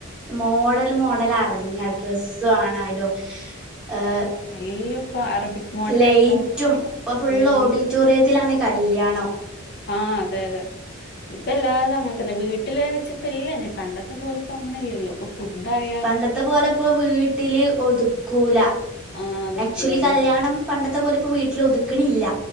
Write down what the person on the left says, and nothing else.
എല്ലു ഇപ്പം അറബിക് മോഡലായിട്ടും
ഉം
ആഹ് അതെ അതെ ഇപ്പൊ എല്ലാതും അങ്ങൻതന്നെ. വീട്ടില് ന്നാവച്ചിപ്പെ ഇല്ലന്നെ പണ്ടത്തെ പോലെ ഇപ്പോ അങ്ങനെ ഇല്ലല്ലോ ഇപ്പം ഫുഡ് ആയ
ആഹ് അതൊക്കെള്ളതന്നെ